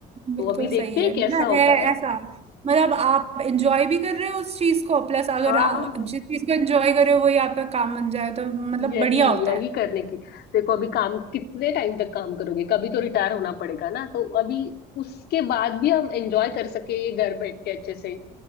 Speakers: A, on the left; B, on the right.
A: तो
B: बिल्कुल
A: अभी देखते
B: सही
A: हैं
B: है मतलब
A: कैसा होता
B: है
A: है
B: ऐसा मतलब आप एंजॉय भी कर रहे हो उस चीज को प्लस अगर
A: हाँ
B: आप जिस चीज को एंजॉय कर रहे हो वही आपका काम बन जाए तो मतलब
A: यही
B: बढ़िया होता
A: यही
B: है
A: करने की देखो अभी काम कितने टाइम तक काम करोगे कभी तो रिटायर होना पड़ेगा ना तो अभी उसके बाद भी हम एंजॉय कर सके घर बैठ के अच्छे से